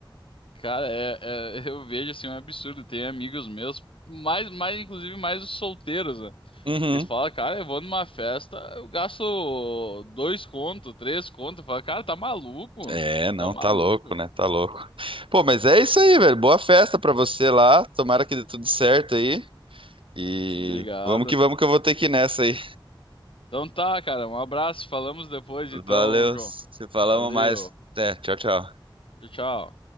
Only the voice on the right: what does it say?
Uhum.
É, não,
tá louco, né? Tá louco. Pô, mas é isso aí, velho. Boa festa pra você lá. Tomara que dê tudo certo aí. E
vamos que vamos que eu vou ter que ir nessa aí.
Valeu,
se falamos
mais. Até, tchau, tchau.